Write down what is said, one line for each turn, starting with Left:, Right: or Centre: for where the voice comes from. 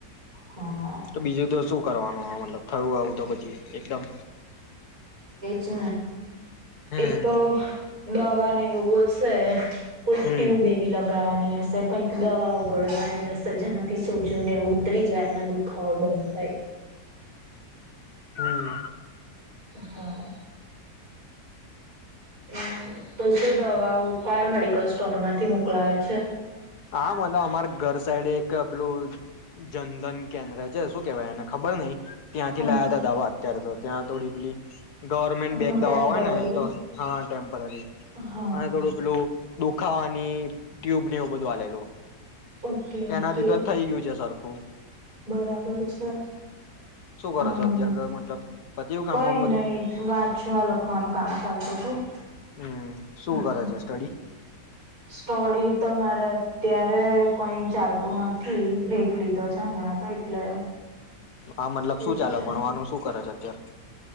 Right: હા
Left: તો બીજું તો શું કરવાનું મતલબ થયું આવું તો પછી એકદમ
Right: જ
Left: હમ
Right: એ તો દવાને એવું હશે કોઈ
Left: હમ
Right: ટ્યુબ એવી લગાવાની હશે હ કઈક દવાઓ ઘડવાની હશે જેનાથી સોજો ને ઉતરી જાય એના દુખાવો બંધ થાય
Left: હમ
Right: હા હમ તો શું દવાઓ કયા મેડિકલ સ્ટોર માંથી મોકલાવે છે
Left: હા મતલ અમાર ઘર સાઈડે એક પેલું જનધન કેન્દ્ર છે શું કેવાય એને ખબર નહ ત્યાંથી
Right: હા
Left: લાયા હતા દવા અત્યારે તો ત્યાં થોડી પેલી ગવર્મેન્ટ
Right: હા
Left: બેક
Right: ટેમ્પરરી
Left: દવા હોય ને તો હા અને
Right: હા
Left: થોડું પેલોું દુખાવાની ટ્યુબ ની એવું બંધ જોવા લલું
Right: ઓકે ઓકે
Left: એનાથી તો થઈ ગયું છે સારું. કો
Right: બરાબર છે
Left: શું કરો
Right: હા
Left: છો અત્યારે તો મતલબ પત્યું
Right: કઈ
Left: કામ બામ બધું
Right: નહી વાંચવા લખવાનું કામ ચાલતું હતું
Left: હમ શું
Right: હ
Left: કરે છે સ્ટડી
Right: સ્ટોડી તો મારે અત્યારે કઈ ચાલતું નથી બ્રેક લીધો છે હમણાં તો એટલે
Left: આ મતલબ
Right: એવું
Left: શું ચાલક
Right: છે.
Left: ભણવા આનું શું કરે છે હત અર